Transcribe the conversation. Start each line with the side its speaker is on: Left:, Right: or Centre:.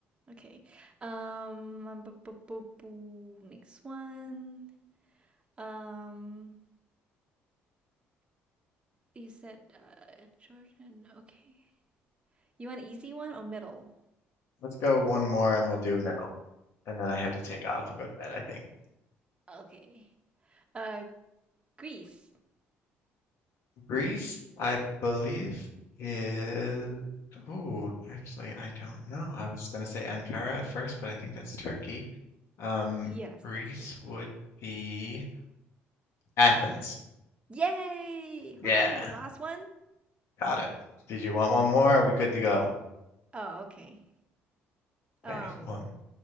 Right: Okay. Um, um, bu- bu- bu- bu- next one. Um, you said uh Jordan. Okay. You want easy one or middle?
Left: Let's go one more and we'll do a middle. And then I have to take off and go to bed, I think.
Right: Okay. Uh, Greece.
Left: Greece, I believe, is. Ooh, actually, I don't know. I was going to say Ankara at first, but I think that's Turkey. Um,
Right: Yes,
Left: Greece
Right: that's Turkey.
Left: would be Athens.
Right: Yay!
Left: Yeah,
Right: Hoo hoo. Last one?
Left: got it. Did you want one more? Are we good to go?
Right: Oh, okay.
Left: Okay,
Right: Um,
Left: one.